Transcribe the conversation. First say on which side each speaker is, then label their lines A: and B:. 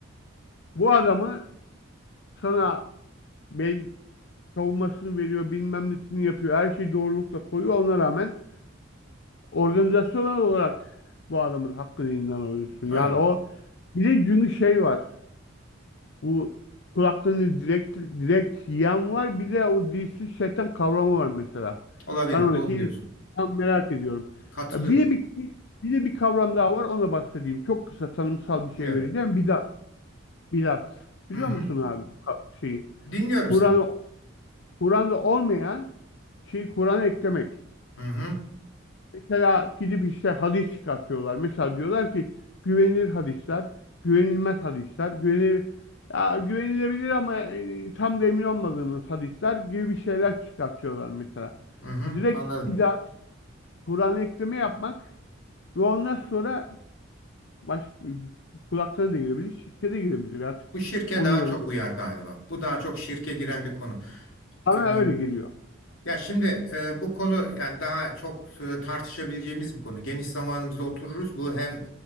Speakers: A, on the left; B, on the left.
A: bu adamı sana bel savunmasını veriyor, bilmem nesini yapıyor. Her şeyi doğrulukla koyuyor. Ona rağmen organizasyonel olarak bu adamın hakkını elinden alıyorsun. Yani
B: Evet,
A: o bir de çünkü şey var. Bu kulaklığını direkt direkt yiyen var. Bir de o dilsiz şeytan kavramı var mesela.
B: olabilir.
A: Ben oradaki
B: Doğru
A: ilişkiyi
B: diyorsun.
A: tam merak ediyorum.
B: Katılıyorum.
A: Ya Bir de bir, bir, bir de bir kavram daha var. Ona bahsedeyim. Çok kısa tanımsal bir şey
B: Dinliyorum.
A: vereceğim. Bidat. Bidat. Biliyor
B: Hı hı.
A: musun abi bu ka- şeyi?
B: Dinliyorum
A: Kur'an'ı
B: seni.
A: Kur'an'da olmayan şeyi Kur'an'a eklemek.
B: Hı hı.
A: Mesela gidip işte hadis çıkartıyorlar. Mesela diyorlar ki güvenilir hadisler, güvenilmez hadisler, güvenilir, ya güvenilebilir ama e, tam da emin olmadığımız hadisler gibi bir şeyler çıkartıyorlar mesela.
B: Hı hı.
A: Bu direkt
B: Anladım.
A: bidat, Kur'an'a ekleme yapmak ve ondan sonra baş, kulaklarına da girebilir, şirkete girebilir artık.
B: Bu şirke
A: Onu
B: daha
A: yorumu.
B: çok uyar galiba. Bu daha çok şirke giren bir konu.
A: Bana
B: Ee,
A: öyle geliyor.
B: ya şimdi e, bu konu yani daha çok e, tartışabileceğimiz bir konu. Geniş zamanımızda otururuz. Bu hem